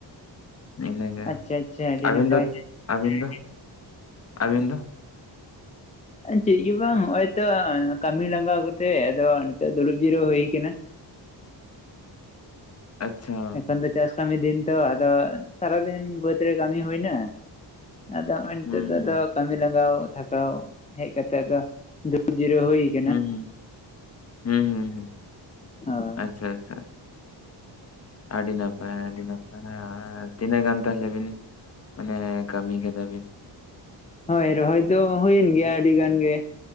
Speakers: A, on the left; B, on the left.
A: ᱤᱱᱟᱹᱜᱮ
B: ᱟᱪᱪᱷᱟ ᱟᱪᱪᱷᱟ ᱟᱹᱰᱤ
A: ᱟᱹᱵᱤᱱ
B: ᱱᱟᱯᱟᱭ
A: ᱫᱚ ᱟᱹᱵᱤᱱ ᱫᱚ ᱟᱹᱵᱤᱱ ᱫᱚ?
B: ᱪᱮᱫ ᱜᱮ ᱵᱟᱝ ᱦᱚᱜᱚᱭ ᱛᱚ ᱠᱟᱹᱢᱤ ᱞᱟᱸᱜᱟᱣ ᱠᱟᱛᱮ ᱟᱫᱚ ᱱᱤᱛᱚᱜ ᱫᱩᱲᱩᱵ ᱡᱤᱨᱟᱹᱣ ᱦᱩᱭ ᱠᱟᱱᱟ᱾
A: ᱟᱪᱪᱷᱟ᱾
B: ᱠᱷᱟᱱ ᱫᱚ ᱪᱟᱥ ᱠᱟᱹᱢᱤ ᱫᱤᱱ ᱛᱚ ᱟᱫᱚ ᱥᱟᱨᱟᱫᱤᱱ ᱵᱟᱹᱫᱽ ᱨᱮ ᱠᱟᱹᱢᱤ ᱦᱩᱭ ᱱᱟ᱾ ᱟᱫᱚ ᱦᱚᱜᱚᱭ ᱱᱤᱛᱚᱜ
A: ᱦᱩᱸ
B: ᱫᱚ
A: ᱦᱩᱸ
B: ᱟᱫᱚ ᱠᱟᱹᱢᱤ ᱞᱟᱸᱜᱟᱣ ᱛᱷᱟᱠᱟᱣ ᱦᱮᱡ ᱠᱟᱛᱮᱜ ᱟᱫᱚ ᱫᱩᱲᱩᱵ ᱡᱤᱨᱟᱹᱣ ᱦᱩᱭ ᱠᱟᱱᱟ
A: ᱦᱩᱸ ᱦᱩᱸ ᱦᱩᱸ ᱦᱩᱸ ᱦᱩᱸ
B: ᱦᱳᱭ᱾
A: ᱟᱪᱪᱷᱟ ᱟᱪᱪᱷᱟ ᱟᱹᱰᱤ ᱱᱟᱯᱟᱭ ᱟᱹᱰᱤ ᱱᱟᱯᱟᱭ, ᱟᱨ ᱛᱤᱱᱟᱹᱜ ᱜᱟᱱ ᱛᱟᱦᱚᱞᱮ ᱵᱤᱱ ᱢᱟᱱᱮ ᱠᱟᱢᱤ ᱠᱮᱫᱟ ᱵᱤᱱ?
B: ᱦᱳᱭ ᱨᱚᱦᱚᱭ ᱫᱚ ᱦᱩᱭᱮᱱ
A: ᱦᱮᱸ
B: ᱜᱮᱭᱟ ᱟᱹᱰᱤ ᱜᱟᱱ ᱜᱮ᱾